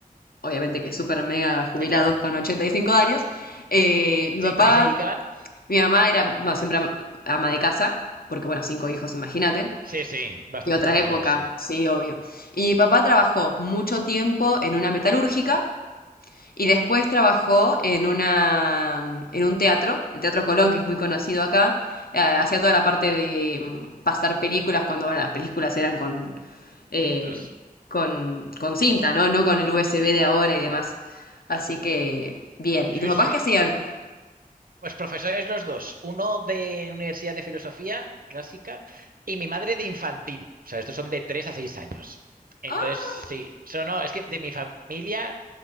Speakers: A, on the left (about 85°); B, on the right (about 70°).
A: obviamente que súper mega jubilados
B: ¿El qué?
A: con 85 años, eh, mi
B: Sí,
A: papá,
B: ¿para qué se dedicaban?
A: mi mamá era, bueno, siempre ama ama de casa, porque bueno, cinco hijos, imagínate.
B: Sí, sí, bastante
A: Y otra
B: trabajo
A: época,
B: es, sí.
A: sí, obvio. Y mi papá trabajó mucho tiempo en una metalúrgica y después trabajó en una, en un teatro, el Teatro Colón, que es muy conocido acá. Eh, hacía toda la parte de mm, pasar películas cuando, bueno, las películas eran con, eh,
B: Ostras.
A: con, con cinta, ¿no? No con el USB de ahora y demás. Así que, bien.
B: Sí,
A: ¿Y tus papás
B: sí.
A: qué hacían?
B: Pues profesores los dos, uno de Universidad de Filosofía Clásica y mi madre de infantil. O sea, estos son de 3 a 6 años. Entonces,
A: Ah,
B: sí. So, no, es que de mi familia